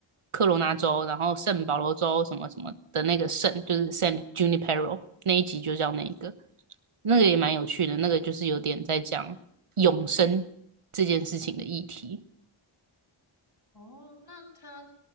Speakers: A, on the right; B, on the left.
A: 科罗纳州，然后圣保罗州什么什么的那个圣，就是 San Junipero 那一集就叫那一个，那个也蛮有趣的，那个就是有点在讲永生这件事情的议题。
B: 哦，那它